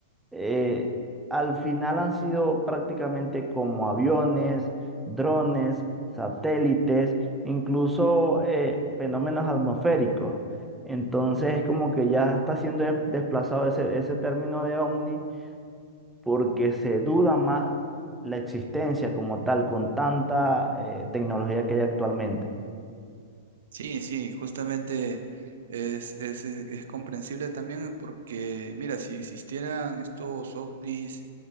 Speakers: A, in the centre; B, on the right (about 75°).
A: eh, al final han sido prácticamente como aviones, drones, satélites, incluso eh, fenómenos atmosféricos. Entonces es como que ya está siendo de- desplazado ese, ese término de ovni porque se duda más la existencia como tal con tanta eh, tecnología que hay actualmente.
B: Sí, sí, justamente es, es, es- es comprensible también porque, mira, si existieran estos ovnis